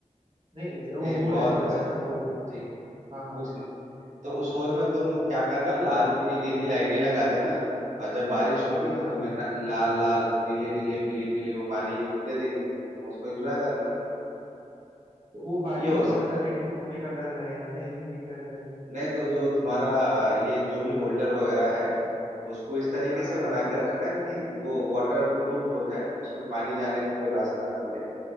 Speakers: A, on the right (about 45°); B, on the right (about 65°).
A: नहीं वो
B: नहीं
A: होल
B: बहुत
A: है हल्का
B: अच्छा
A: सा होल
B: ठीक
A: हाँ हाँ
B: कुछ नहीं तो उस होल में तुम क्या करना लाल पीली नीली लाइटें लगा देना और जब बारिश होगी
A: हाँ
B: तो
A: हाँ
B: तुम्हें न, लाल लाल पीली नीली पीली पीली वो पानी की बूंदें दिखेंगी तुम उसको एंजॉय करना
A: तो वो बारिश
B: ये हो
A: में शॉर्ट
B: सकता
A: सर्किट
B: है
A: भी तो होने का डर रहेगा ना ये भी दिक्कत है
B: नहीं तो जो तुम्हारा अ, ये जो भी होल्डर वगैरह है उसको इस तरीके
A: हाँ
B: से
A: हाँ
B: बना के रखना कि वो वाटर प्रूफ हो जाए उसमें पानी जाने का कोई रास्ता ना मिले